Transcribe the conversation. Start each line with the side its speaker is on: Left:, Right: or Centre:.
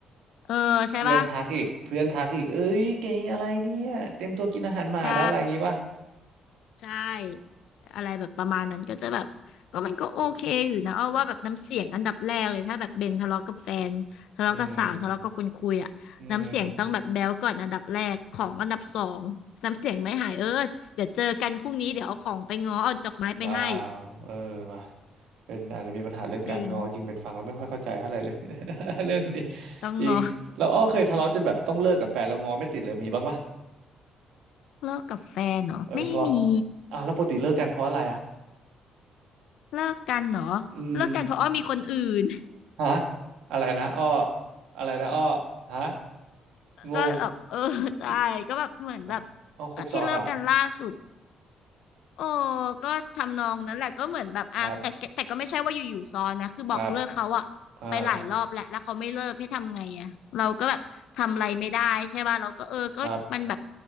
Left: เออใช่ปะ
Right: เพื่อนทักอีกเพื่อนทักอีกเอ้ยเก๋อะไรเนี่ยเตรียมตัวกินอาหารหมาแล้วอะไรอย่างงี้ป่ะ
Left: ใช่ ใช่อะไรแบบประมาณนั้นก็จะแบบก็มันก็โอเคอยู่นะเอาว่าแบบน้ำเสียงอันดับแรกเลยถ้าแบบเบนทะเลาะกับแฟนทะเลาะกับสาวทะเลาะกับคนคุยอ่ะน้ำเสียงต้องแบบแบ๊วก่อนอันดับแรกของอันดับสองน้ำเสียงไม่หายเออเดี๋ยวเจอกันพรุ่งนี้เดี๋ยวเอาของไปง้อเอาดอกไม้ไปให้
Right: อืมอืมว้าวเออว่ะเป็นอาจจะมีปัญหาเรื่องการงอจริงเป็นฟังแล้วไม่ค่อยเข้าใจเท่าไหร่เลย
Left: จริง
Right: <laughs> เรื่องนี้
Left: ต้องง้อ
Right: จริงเราอ้อเคยทะเลาะจนแบบต้องเลิกกับแฟนแล้วงอไม่ติดเลยมีบ้างปะ
Left: เลิกกับแฟนเหรอไม่มี
Right: เออทะเลาะอ่ะแล้วปกติเลิกกันเพราะอะไรอ่ะ
Left: เลิกกันเหรอเลิกกันเพราะอ้อมีคนอื่น
Right: อืมฮะอะไรนะอ้ออะไรนะอ้อฮะงง
Left: ก็แบบเออใช่ก็แบบเหมือนแบบ
Right: คือฮะอ้อครบซ้อนเหรอ
Left: ก็ที่เลิกกันล่าสุด โอ้ก็ทำนองนั้นแหละก็เหมือนแบบอ่ะแต่แต่แต่ก็ไม่ใช่ว่าอยู่ๆซ้อนนะคือบอกเลิกเขาอะไปหลายรอบแหล้วแล้วเขาไม่เลิกให้ทำไงอะเราก็แบบทำอะไรไม่ได้ใช่ป่ะเราก็เออก็มันแบบ
Right: ครับครับอ่าครับ